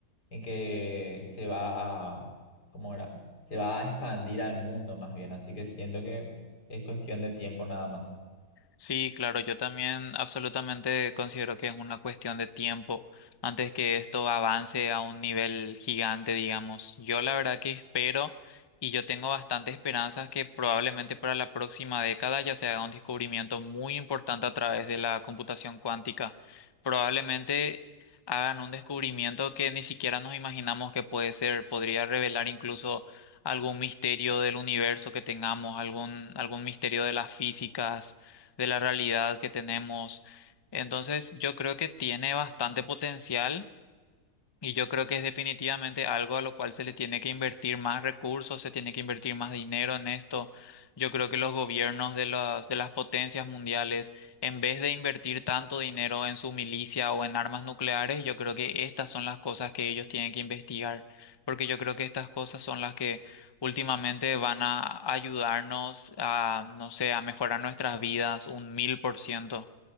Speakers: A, on the left; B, on the left.
A: en que se va a, ¿cómo era? Se va a expandir al mundo más bien, así que siento que es cuestión de tiempo nada más.
B: Sí, claro, yo también absolutamente considero que es una cuestión de tiempo antes que esto avance a un nivel gigante, digamos. Yo la verdad que espero y yo tengo bastante esperanzas que probablemente para la próxima década ya se haga un descubrimiento muy importante a través de la computación cuántica. Probablemente hagan un descubrimiento que ni siquiera nos imaginamos que puede ser, podría revelar incluso algún misterio del universo que tengamos, algún, algún misterio de las físicas de la realidad que tenemos. Entonces, yo creo que tiene bastante potencial. Y yo creo que es definitivamente algo a lo cual se le tiene que invertir más recursos, se tiene que invertir más dinero en esto. Yo creo que los gobiernos de las, de las potencias mundiales, en vez de invertir tanto dinero en su milicia o en armas nucleares, yo creo que estas son las cosas que ellos tienen que investigar, porque yo creo que estas cosas son las que últimamente van a ayudarnos a, no sé, a mejorar nuestras vidas un mil por ciento.